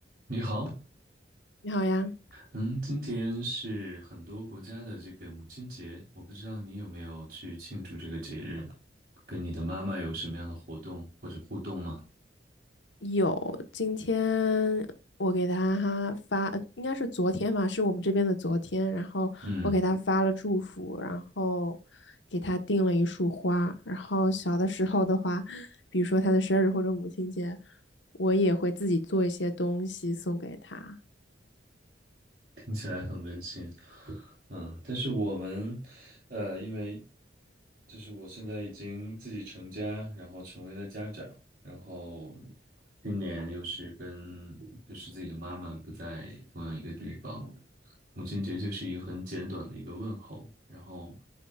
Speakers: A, on the right (about 50°); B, on the left (about 80°).
A: 你好，
B: 你好呀，
A: 嗯，今天是很多国家的这个母亲节，我不知道你有没有去庆祝这个节日，跟你的妈妈有什么样的活动或者互动吗？
B: 有，今天我给他哈发，呃应该是昨天吧，是我们这边的昨天，然后我给他发了祝福，
A: 嗯，
B: 然后给他订了一束花，然后小的时候的话，比如说他的生日或者母亲节，我也会自己做一些东西送给他。
A: 听起来很温馨。嗯，但是我们，呃，因为就是我现在已经自己成家，然后成为了家长，然后今年又是跟就是自己的妈妈不在同样一个地方，母亲节就是一个很简短的一个问候，然后